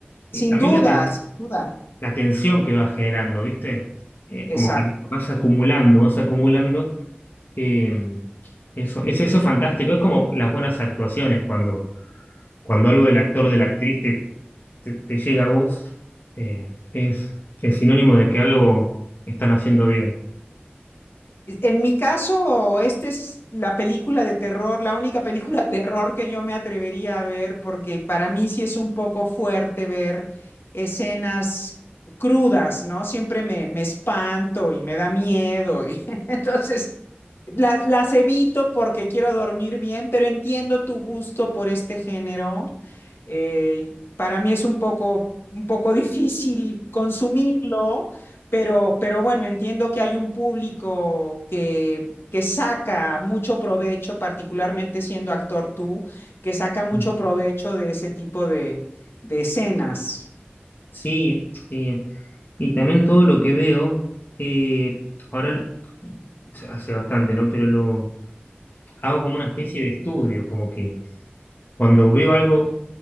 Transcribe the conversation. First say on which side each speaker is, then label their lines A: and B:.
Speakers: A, on the left; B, on the left.
A: Sin
B: eh, también
A: duda,
B: la, ten-
A: sin duda,
B: la tensión que va generando, ¿viste? Eh,
A: exacto.
B: como que vas acumulando, vas acumulando. eh, eso, es eso es fantástico. Es como las buenas actuaciones, cuando, cuando algo del actor, de la actriz te, te- te llega a vos, eh, es, es sinónimo de que algo están haciendo bien.
A: En mi caso, esta es la película de terror, la única película de terror que yo me atrevería a ver, porque para mí sí es un poco fuerte ver escenas crudas, ¿no? Siempre me, me espanto y me da miedo. Y <laughs> entonces, las, las evito porque quiero dormir bien, pero entiendo tu gusto por este género. Eh, para mí es un poco, un poco <laughs> difícil consumirlo, pero, pero bueno, entiendo que hay un público que, que saca mucho provecho, particularmente siendo actor tú, que saca mucho
B: <laughs>
A: provecho de ese tipo de, de escenas.
B: Sí, eh, y también todo lo que veo, eh, ahora l- hace bastante, ¿no? Pero lo hago como una especie de estudio, como que cuando veo algo,